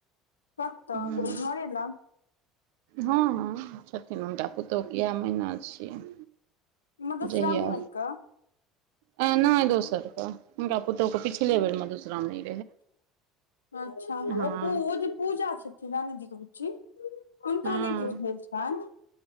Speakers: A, on the left; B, on the right.
A: कतऽ
B: हुँ।
A: घरे लग।
B: हुँ- हूँ छथिन हुनका पुतहुके इएह मैहना छियनि।
A: मधुश्रावणी
B: जहिया
A: वाली कऽ
B: ए नय दोसर के हुनका पुतोह के पिछले बेर मधुश्रामनी
A: अच्छा उ
B: हँ
A: जे पू पूजा छथिन रानीजीे के बुच्ची उनका
B: हँ
A: नय किछ भेल छैन।